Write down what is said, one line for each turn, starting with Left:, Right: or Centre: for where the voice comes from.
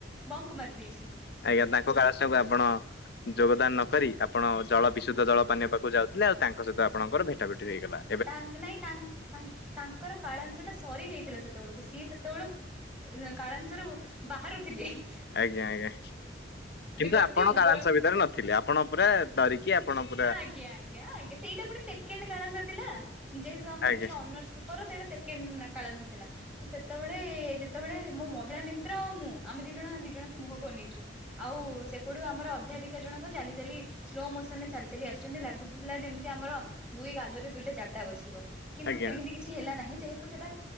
Centre: ବଙ୍କ୍ ମାରି ଦେଇଚି
Left: ଆଜ୍ଞା ତାଙ୍କ କାଳାଂଶ ଟାକୁ ଆପଣ ଯୋଗଦାନ ନକରି ଆପଣ ଜଳ ବିଶୁଦ୍ଧ ଜଳ ପାନୀୟ ପାଖକୁ ଯାଉଥିଲେ ଆଉ ତାଙ୍କ ସହିତ ଆପଣଙ୍କର ଭେଟା ଭେଟି ହୋଇଗଲା।
Centre: ତାଙ୍କ୍ ନାଇଁ ତାଙ୍କ୍ ତାଙ୍କର ତାଙ୍କର କାଳଂସ ଟା ସରି ଯାଇଥିଲା ସେତବେଳକୁ ସିଏ ସେତବେଳକୁ ନା କାଳାଂସ ରୁ ବାହାରୁଥିଲି ହିଁ।
Left: ଆଜ୍ଞା ଆଜ୍ଞା କିନ୍ତୁ
Centre: ପାରୁଥିବେ
Left: ଆପଣ
Centre: ମୋର
Left: କାଳାଂଶ ଭିତରେ ନଥିଲେ ଆପଣ ପୁରା ଡରିକି ଆପଣପ
Centre: ଆଜ୍ଞା ଆଜ୍ଞା ଆଜ୍ଞା ସେଇଟା ପୁଣି ସେକେଣ୍ଡ କାଳାଂସ ଥିଲା ଯେହେତୁ ଆମର
Left: ଆଜ୍ଞା
Centre: ଟିକେ ଅନର୍ସ ପେ ପର ସେଇଟା ସେକେଣ୍ଡ ନା କାଳାଂଶ ଥିଲା। ତ ସେତେବେଳେ ଯେତେବେଳେ ମୋ ମହିଳା ମିତ୍ର ଆଉ ମୁଁ ଆମେ ଦି ଜଣ ଦି ଜଣଙ୍କୁ ମୁହଁକୁ ଅନେଇଛୁ। ଆଉ ସେପଡୁ ଆମର ଅଧ୍ୟାପିକା ଜଣକ ଚାଲି ଚାଲି ସ୍ଲୋ ମୋସନ ରେ ଚାଲି ଚାଲି ଆସୁ ଯେମିତି ଲାଗୁଥିଲା ଯେମିତି ଆମର ଦୁଇ ଗାଲରେ ଦୁଇଟା ଜାବଡା ବସିବ କିନ୍ତୁ
Left: ଆଜ୍ଞା
Centre: ସେମିତି କି କିଛି ହେଲା ନାହିଁ ଯେହେତୁ ସେଟା